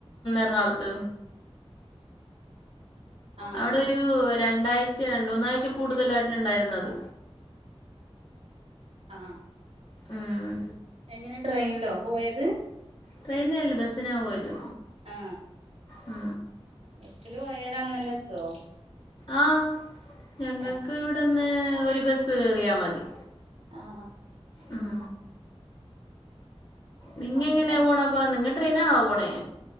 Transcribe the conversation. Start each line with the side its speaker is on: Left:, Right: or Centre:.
Left: നാളത്തത്
Right: ആഹ്
Left: അവിടെ ഒരു രണ്ടാഴ്ച രണ്ടൂ നാഴ്ച കൂടുതലായിട്ടുണ്ടായിരുന്നത്
Right: ആ
Left: ആഹ്
Right: എങ്ങനെ ട്രെയിനിലോ പോയത്
Left: ട്രെയിനെ അല്ലേ ബസ്സിനാ പോയത്
Right: ആ
Left: ആ
Right: <unintelligible> അന്ന് തന്നെ എത്തുവോ
Left: ആഹ ഞങ്ങൾക്ക്
Right: ഏഹ്
Left: ഇവിടെ ഒന്ന് ഒരു ബസ് എറിയാ മതി
Right: ആഹ
Left: ഉം നിങ്ങ
Right: അങ്ങനെ
Left: എങ്ങനെയാ
Right: അവിടെ
Left: പോകണ അപ്പ നിങ്ങ ട്രെയിനാണാവോ പോണേ